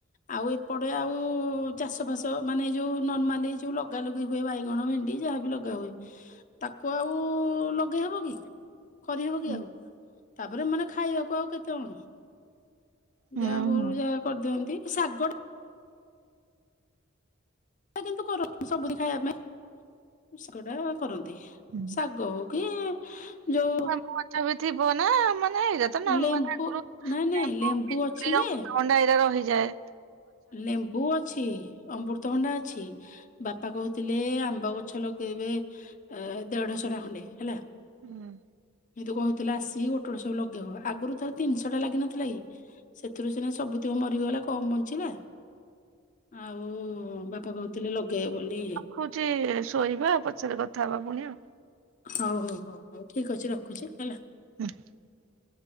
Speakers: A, on the left (about 40°); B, on the right (about 70°).
A: ଆଉ ଏପଟେ ଆଉ ଚାଷ ଫାସ ମାନେ ଯୋଉ ନର୍ମାଲି ଯୋଉ ଲଗାଲଗି ହୁଏ ବାଇଗଣ ଭେଣ୍ଡି ଯାହା ବି ଲଗା ହୁଏ ତାକୁ ଆଉ ଲଗେଇହବ କି? କରିହବ
B: ହୁଁ
A: କି ଆଉ ତାପରେ ମାନେ ଖାଇବାକୁ ଆଉ କେତେ ଜଣ?
B: ହୁଁ।
A: ଯାହା ଗୋରୁ ଯାହା କରିଦିଅନ୍ତି ଶାଗ ଟା। ଶାଗ କିନ୍ତୁ କରନ୍ତୀ ସବୁଦିନ ଖାଇବା ପାଇଁ ଶାଗଟା କରନ୍ତି।
B: ହୁଁ।
A: ଶାଗ ହଉ କି ଯୋଉ
B: କୁ ଥାପି ଥିବ ନା ମାନେ ର ତ ନାର୍ମଲି
A: ଲେମ୍ବୁ
B: ଆଗରୁ
A: ନାଇଁ ନାଇଁ
B: ଆମ୍ୱ
A: ଲେମ୍ବୁ
B: ପିଜୁଳି
A: ଅଛି ଯେ
B: ଅମୃତ ଭଣ୍ଡା ଏରାରହିଯାଏ।
A: ଲେମ୍ବୁ ବୂ ଅଛି ଅମୃତ ଭଣ୍ଡା ଅଛି ବାପା କହୁଥିଲେ ଆମ୍ବ ଗଛ ଲଗେଇବେ। ଅ ଦେଢଶ ଟା ଖଣ୍ଡେ ହେଲା।
B: ହୁଁ।
A: ହେ ଦୂ କହୁଥିଲ ଆସିକି ଗୋଟେ ଗୋଟେ ସବୁ ଲଗେଇବ ଆଗରୁ ଥରେ ତିନିଶ ଟା ଲାଗିିନଥିଲା କି? ସେଥିରୁ ସିନା ସବୁତକ ମରିଗଲା କମ ବଞ୍ଚିଲା। ଆଉ ବାପା କହୁଥିଲେ ଲଗେଇ ବୋଲି।
B: ହଉଛି ଶୋଇବା ପଛରେ କଥା ହବା ପୁଣି ଆଉ।
A: ହଉ ହଉ ହଉ ହଉ ଠିକ ଅଛି ରଖୁଛି ହେଲା।
B: <unintelligible>